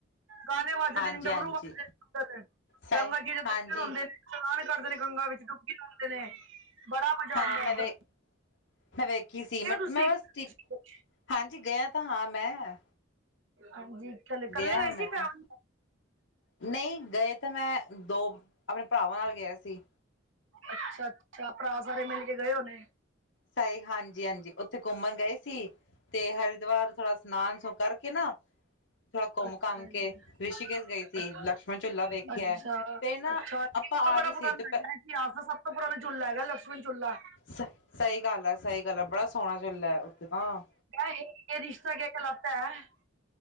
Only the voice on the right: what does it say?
ਗਾਨੇ ਵਾੱਜਦੇ
ਨੇ, ਡੰਮਰੂ
ਵਾੱਜਦੇ ਨੇ ਓਦੱਰ,
ਗੰਗਾ ਜੀ ਦੇ ਦਰਸ਼ਨ
ਹੁੰਦੇ ਨੇ। ਇਸ਼ਨਾਨ ਕਾਰਦੇ ਨੇ ਗੰਗਾਂ ਵਿੱਚ, ਡੁੱਬਕੀ ਲਾਂਦੇ ਨੇ, ਬੜਾ ਮਜਾ
ਆਂਦੈ
ਓਦੱਰ।
ਤੁਸੀਂ
ਹਾਂਜੀ, ਕੱਲੇ-ਕੱਲੇ
ਗਏ
ਸੀ,
ਫੈਮਿਲੀ?
ਅੱਛਾ-ਅੱਛਾ ਭਰਾ ਸਾਰੇ ਮਿਲ ਕੇ ਗਏ ਹੋਨੇ।
ਅੱਛਾ
ਜੀ
ਅੱਛਾ
ਅੱਛਾ
<unintelligible> ਤਾਂ
ਬੜਾ
ਪੁਰਾਨਾ
ਹੈਗੈ, ਇਤਿਹਾਸ ਦਾ ਸਬ ਤੋਂ ਪੁਰਾਨਾ ਝੂੱਲਾ ਹੈਗੈ, ਲਕਸ਼ਮਨ ਝੂੱਲਾ।
ਐ ਹੈੇ ਏ ਰਿਸ਼ਤਾ ਕੇਆ ਕੈਹਲਾਤਾ ਹੈ।